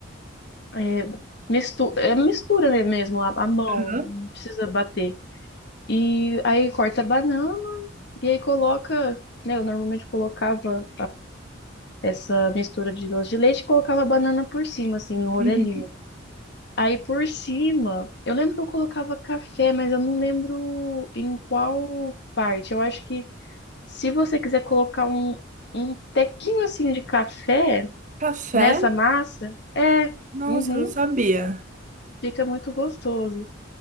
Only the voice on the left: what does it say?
É, mistu é mistura né, mesmo, a, a mão,
não precisa bater. E aí corta a banana e aí coloca, né? Eu normalmente colocava essa mistura de doce de leite e colocava a banana por cima, assim, no rodelinho.
Aí por cima, eu lembro que eu colocava café, mas eu não lembro em qual parte. Eu acho que se você quiser colocar um, um tequinho assim de café
nessa massa, é,
uhum,
fica muito gostoso.